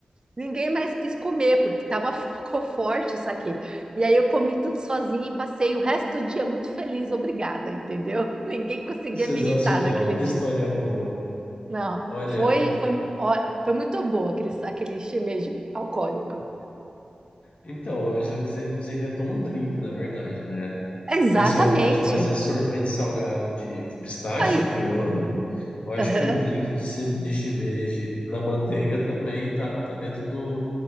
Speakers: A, on the right (about 35°); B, on the left (about 65°).
A: Ninguém mais quis comer, porque tava, <laughs> ficou forte isso aqui. E aí eu comi tudo sozinha e passei o resto do dia muito feliz, obrigada, entendeu? <laughs> Ninguém conseguia
B: Sensacional.
A: me irritar naquele
B: Que
A: dia.
B: história boa.
A: Não,
B: Olha,
A: foi,
B: eu-
A: foi, ó, foi muito boa aquele, aquele shimeji alcoólico.
B: então, a gen- você você inventou um drink, na verdade, né? O
A: Exatamente.
B: pessoal gosta de fazer sorvete salgado de, de pistache,
A: Aí,
B: que eu amo. Eu acho
A: aham.
B: que um drink de, si- de shimeji na manteiga também tá, tá dentro do,